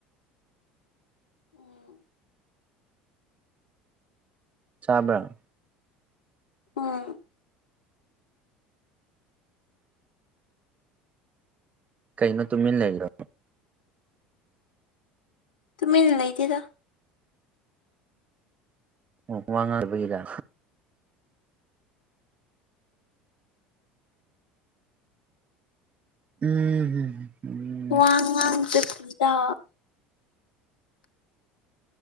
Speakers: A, on the left; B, on the right.
A: ꯎ
B: ꯆꯥꯕ꯭ꯔꯥ
A: ꯑ
B: ꯀꯩꯅꯣ ꯇꯨꯃꯤ ꯂꯩꯔꯣ
A: ꯇꯨꯃꯤꯟꯅ ꯂꯩꯇꯦꯗ
B: ꯑꯣ ꯋꯥꯉꯔꯕꯒꯔ ꯎꯝ ꯎꯝꯝ
A: ꯋꯥ ꯉꯥꯡꯗ ꯄꯤꯗ